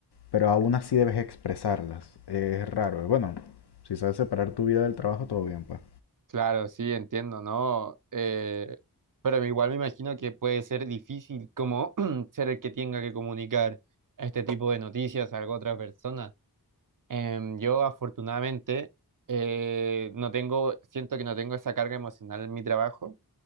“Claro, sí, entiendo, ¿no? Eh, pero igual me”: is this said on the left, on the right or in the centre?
Right